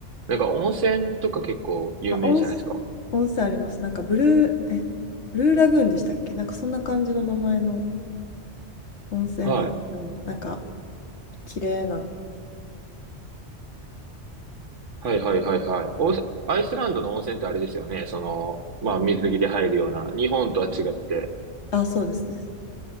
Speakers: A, on the right (about 80°); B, on the left (about 65°).
A: なんか温泉とか結構有名じゃないですか。
B: あ、温泉、温泉あります。なんかブルー、え、ブルーラグーンでしたっけなんかそんな感じの名前の温泉があったような、
A: はい。
B: なんか綺麗な。
A: はいはいはいはい。温泉アイスランドの温泉ってあれですよね。その、まあ水着で入るような。日本とは違って。
B: あ、そうですね。